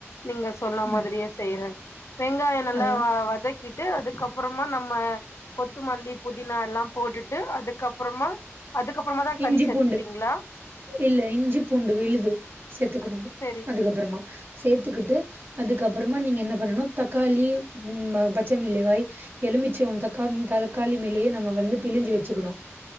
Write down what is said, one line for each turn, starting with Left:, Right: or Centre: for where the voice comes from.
Left: நீங்க சொன்ன
Right: ம்
Left: மாதிரியே செய்றே வெங்காய நல்லா
Right: ஆ
Left: வ வதக்கிட்டு அதுக்கப்பறமா நம்ம கொத்துமல்லி புதினாலா போட்டுட்டு அதுக்கப்பறமா அதுக்கப்புறமா தா
Right: இஞ்சி
Left: கறி சேத்துபீங்ளா
Right: பூண்டு இல்ல இஞ்சி பூண்டு விழுது சேத்துக்குடணு
Left: செரி
Right: அதுகப்பறமா சேத்துக்கிட்டு அதுக்கப்பறமா நீங்க என்ன பண்ணனு தக்காளி ம் ம ப பச்ச மிளகாய் எலுமிச்சோ தக்காம் தளக்காளி மேலே நம்ம வந்து பிழிஞ்சு வச்சுக்குணு